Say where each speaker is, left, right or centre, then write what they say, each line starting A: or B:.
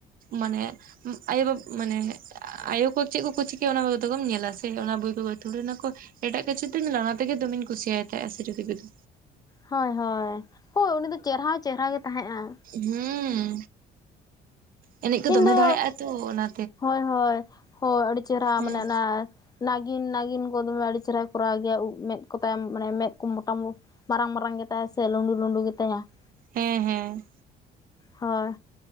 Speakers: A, on the right (about 55°); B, on the left (about 25°).
A: ᱢᱟᱱᱮ ᱟᱭᱳᱵᱟᱵᱟ ᱢᱟᱱᱮ ᱟᱭᱳ ᱠᱚ ᱪᱮᱫ ᱠᱚᱠᱚ ᱪᱤᱠᱟᱹᱭᱟ, ᱚᱱᱟ ᱡᱷᱚᱛᱚ ᱜᱮᱢ ᱧᱮᱞᱟ ᱥᱮ ᱚᱱᱟ ᱵᱩᱭ ᱠᱚᱜᱮ ᱛᱷᱩᱲᱤ ᱱᱟᱜ ᱠᱚ ᱮᱴᱟᱜ ᱠᱤᱪᱷᱩ ᱛᱤᱧ ᱞᱟᱦᱟ ᱛᱮᱜᱮ ᱫᱚᱢᱮᱧ ᱠᱩᱥᱤᱭᱟᱭ ᱛᱟᱦᱮᱸᱜᱼᱟ ᱥᱤᱨᱤᱫᱮᱵᱤ ᱫᱚ
B: ᱦᱳᱭ ᱦᱳᱭ ᱦᱳᱭ ᱩᱱᱤᱫᱚ ᱪᱮᱨᱦᱟ ᱪᱮᱨᱦᱟ ᱜᱮ ᱛᱟᱦᱮᱸᱫᱼᱟ ᱾
A: ᱦᱩᱸ ᱮᱱᱮᱡ ᱠᱚ
B: ᱤᱧ
A: ᱫᱚᱢᱮ
B: ᱫᱚ
A: ᱫᱟᱲᱮᱭᱟᱜᱼᱟ, ᱛᱚ ᱚᱱᱟ,
B: ᱦᱳᱭ ᱦᱳᱭ ᱦᱳᱭ ᱟᱹᱰᱤ ᱪᱮᱦᱨᱟ
A: ᱦᱮᱸ
B: ᱢᱟᱱᱮ ᱚᱱᱟ, ᱱᱟᱜᱤᱱ ᱱᱟᱜᱤᱱ ᱠᱚ ᱫᱚᱢᱮ ᱟᱹᱰᱤ ᱪᱮᱦᱨᱟᱭ ᱠᱚᱨᱟᱣ ᱜᱮᱭᱟ ᱩᱵ ᱢᱮᱫ ᱠᱚ ᱛᱟᱭ ᱢᱟᱱᱮ ᱢᱮᱫ ᱠᱚ ᱢᱚ ᱴᱟ ᱢᱟᱨᱟᱝ ᱢᱟᱨᱟᱝ ᱜᱮᱛᱟᱭᱟ ᱥᱮ, ᱞᱩᱸᱰᱩ ᱞᱩᱸᱰᱩ ᱜᱮᱛᱟᱭᱟ ᱾
A: ᱦᱮᱸ ᱦᱮᱸ
B: ᱦᱳᱭ